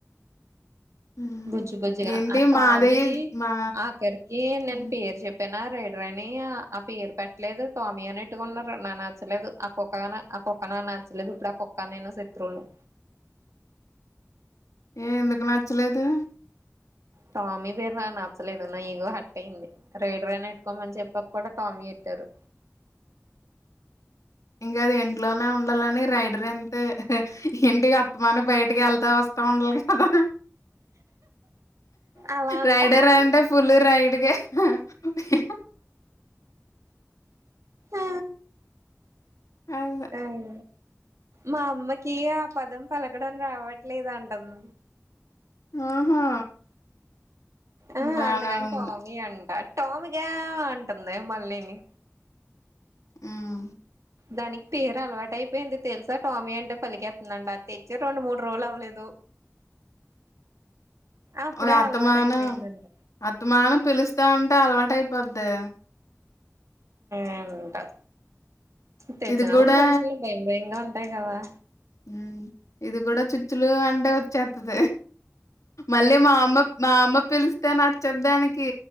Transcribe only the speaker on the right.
బుజ్జి బుజ్జిగా
ఆ టామీ
ఆఖరికి నేను
పేరు చెప్పిన రేడ్ వేనీ ఆ పేరు పెట్టలేదు టోమీ అనెట్టుకున్నారు నా నచ్చలేదు ఆ కుక్కగా ఆ కుక్క నాకు నచ్చలేదు ఇప్పుడు ఆ కుక్క నేను శత్రువును
టామీ పేరు నాకు నచ్చలేదు నా ఈగో హట్ అయింది రైడరని ఎట్టుకోమని చెప్పక కూడా టామీ పెట్టారు
అలా అంటావా
ఆ
అయ మా అమ్మకి ఆ పదం పలకడం రావట్లేదు అంటది
ఆ
అంత కంటంటమయంటా
టామిగా అంటుంది మళ్ళీని
దానికి పేరు అలవాటు అయిపోయింది తెలుసా టామీ అంటే పలికెతుందండి అది తెచ్చి రెండు మూడు రోజులు అవ్వలేదు అప్పుడే
అలవాటు అయిపోయిందంట
ఎంటో తెచ్చినప్పుడు
ఫస్టలో భయం భయంగా ఉం కదా